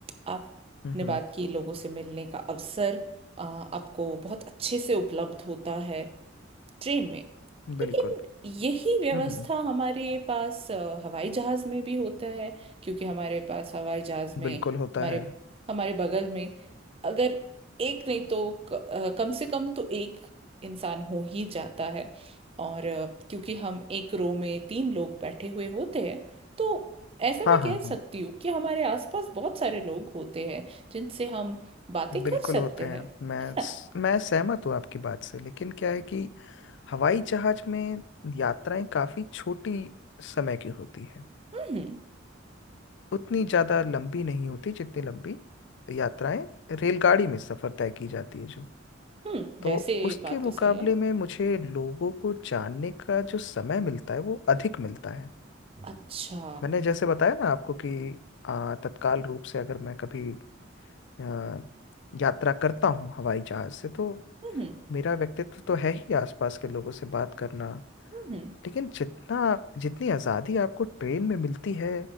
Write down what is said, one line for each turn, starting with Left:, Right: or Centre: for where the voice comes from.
Right: आपने
Left: हम्म
Right: बात की लोगों से मिलने का अवसर अ, आपको बहुत अच्छे से उपलब्ध होता है ट्रेन में
Left: बिल्कुल
Right: लेकिन यही व्यवस्था
Left: हम्म
Right: हमारे पास अ, हवाई जहाज में भी होता है क्योंकि हमारे पास हवाई जहाज में
Left: बिल्कुल होता
Right: हमारे
Left: है
Right: हमारे बगल में अगर एक नहीं तो क, अ, कम से कम तो एक इंसान हो ही जाता है और अ, क्योंकि हम एक रो में तीन लोग बैठे हुए होते हैं तो ऐसे
Left: हाँ
Right: मैं
Left: हाँ
Right: कह
Left: हाँ
Right: सकती हूँ कि हमारे आसपास बहुत सारे लोग होते हैं जिनसे हम बातें
Left: बिल्कुल
Right: कर सकते
Left: होते हैं
Right: हैं
Left: मैं
Right: है
Left: स-
Right: ना
Left: मैं सहमत हूँ आपकी बात से लेकिन क्या है कि हवाई जहाज में यात्राएं काफी छोटी समय की होती है
Right: हम्म हम्म
Left: उतनी ज्यादा लंबी नहीं होती जितनी लंबी यात्राएं रेलगाड़ी में सफर तय की जाती है जो
Right: हम्म,
Left: तो
Right: वैसे
Left: उसके
Right: बात तो
Left: मुकाबले
Right: सही है
Left: में मुझे लोगों को जानने का जो समय मिलता है वो अधिक मिलता है
Right: अच्छा
Left: मैंने जैसे बताया ना आपको कि आ, तत्काल रूप से अगर मैं कभी अ, यात्रा करता हूँ हवाई जहाज से तो
Right: हम्म
Left: मेरा व्यक्तित्व तो है ही आसपास के लोगों से बात करना
Right: हम्म
Left: लेकिन जितना जितनी आज़ादी आपको ट्रेन में मिलती है